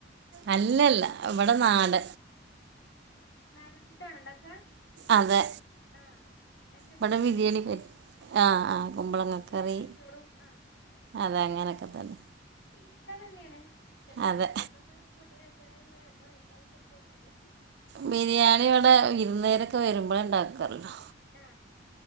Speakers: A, on the right (about 60°); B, on the left (about 70°).
A: അല്ലല്ല ഇവ്ടെ നാടൻ.
B: നാടൻ ഫുഡാണോ ഉണ്ടാക്കുക
A: അതെ.
B: ആഹ് എന്നുവെച്ചാ
A: ഇവിടെ
B: മോര്
A: ബിരിയാണി
B: കറി
A: പറ്റ ആഹ് ആ. കുമ്പളങ്ങ ക്കറി
B: പിന്നെ വെറും ചോറും ആഹ്
A: അതെ അങ്ങനെയൊക്കെ തന്നെ.
B: ടേസ്റ്റ അതന്നെണ്. പക്ഷെ ഇപ്പത്തെ
A: അതെ
B: മക്കൾക്കൊക്കെ പൊട്ടി എന്ത അ വ കൊടുത്തയ് ഞാലെ.
A: ബിരിയാണി ഇവിടെ വിരുന്നേരൊക്കെ വരുമ്പഴാ ഉണ്ടാകൊള്ളു.
B: ആ.